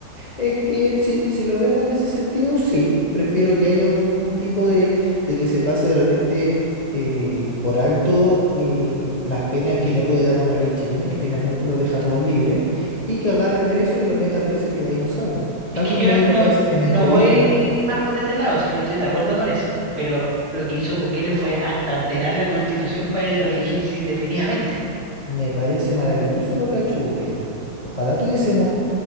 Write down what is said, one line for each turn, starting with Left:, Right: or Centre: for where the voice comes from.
Left: Es que si, si lo vemos de ese sentido, sí, prefiero que haya un, un tipo de, de que se pase de repente eh, por alto eh, las penas que le puede dar una ley chilena que finalmente los deja todos libres y que agarre preso y los meta preso y que de ahí no salgan.
Right: Es
Left: Tal
Right: que
Left: como
Right: yo
Left: dijo
Right: no,
Left: Kass en entrevista,
Right: no voy más por ese lado, si yo estoy de acuerdo con eso, pero lo que hizo Bukele fue hasta alterar la constitución para él reelegirse indefinidamente.
Left: Me parece maravilloso lo que ha hecho Bukele. Ojalá tuviésemos